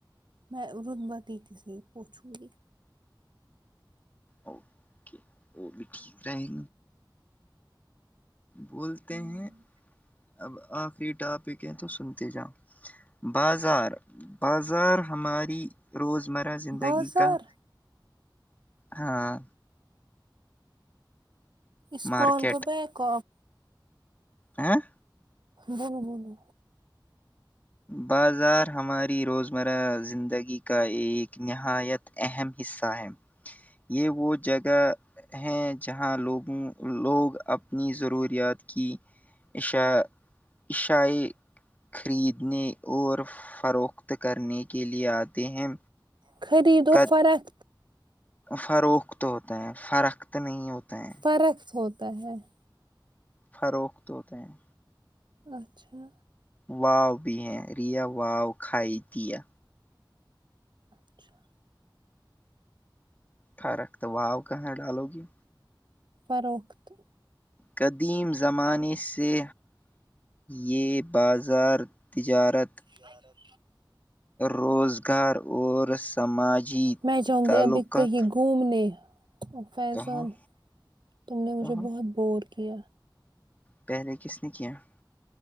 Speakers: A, on the right (about 70°); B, on the left (about 20°).
A: میں ردباتی ت س پوچو گ <unintelligible>
B: اوکے <unintelligible> بولتے
A: ہم،
B: ہیں <unintelligible> اب آخری ٹاپک ہے تو سنتے جاؤ بازار بازار ہماری روزمرہ زندگی
A: بازار
B: کا ہاں
A: اسکان
B: مارکیٹ
A: کو بیکپ
B: ہاں
A: بولو بولو
B: بازار ہماری روزمرہ زندگی کا ایک نہایت اہم حصہ ہے یہ وہ جگ ہیں جہاں لوگوں لوگ اپنی ضروریات کی ایشا ایشائی خریدنے اور فروخت کرنے کے لیے آتے ہیں
A: خرید و
B: کا
A: فرق
B: فروخت ہوتا ہے فروخت نہیں ہوتا ہے
A: فرق تھوود کہ ہے <unintelligible>
B: فروخت ہوتے ہیں
A: اچھا
B: واؤ بھی ہیں ریا واؤ کھائی دیا
A: اچھا
B: فرق تو واؤ کہاں ڈالو گی
A: فروخت <unintelligible>
B: قدیم زمانے سے یہ بازار تجارت
A: زارت <inaudible>
B: روزگار اور سماجی
A: میں جاہوں
B: تعلقات
A: گی ابھی کہیں گھومنے فیضان
B: کہاں
A: تم نے مجھے
B: کہاں
A: بہت بور کیا
B: پہے کس ن کین <unintelligible>